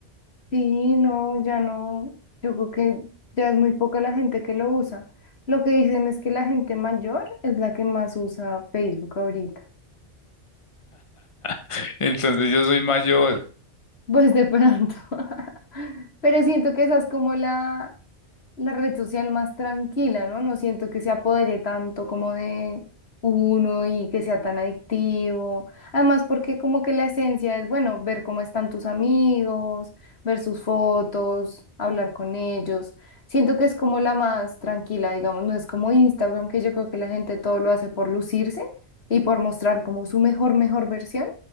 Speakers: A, on the left; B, on the left.
A: Sí, no, ya no, yo creo que ya es muy poca la gente que lo usa. Lo que dicen es que la gente mayor es la que más usa Facebook ahorita. <laughs>
B: <laughs> Entonces yo soy mayor.
A: Pues de pronto. <laughs> Pero siento que esa es como la, la red social más tranquila, ¿no? No siento que se apodere tanto como de uno y que sea tan adictivo. Además, porque como que la esencia es, bueno, ver cómo están tus amigos, ver sus fotos, hablar con ellos. Siento que es como la más tranquila, digamos, no es como Instagram, que yo creo que la gente todo lo hace por lucirse y por mostrar como su mejor, mejor versión.